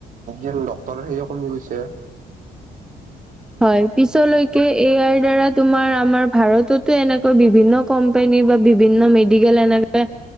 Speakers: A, on the right; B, in the centre.
A: এতি ডাক্তৰ সেয়ে কমি গৈছে
B: হয় পিছলৈকে এ আইৰ দাৰা তুমাৰ আমাৰ ভাৰততো এনেকৈ বিভিন্ন কোম্পানী বা বিভিন্ন মেডিকেল এনেকে